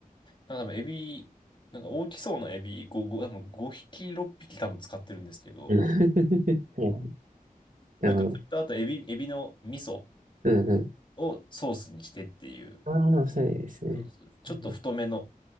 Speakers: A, on the left (about 35°); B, on the right (about 65°).
A: なんか多分エビ、なんか大きそうなエビ5、5、多分5匹、6匹多分使ってるんですけど、
B: うん <laughs> なるほど。
A: なんかそれとあとエビ、エビの味噌
B: うんうん
A: をソースにしてっていう、
B: ああ、そうですね。
A: そうそう、ちょっと太めの、
B: うん、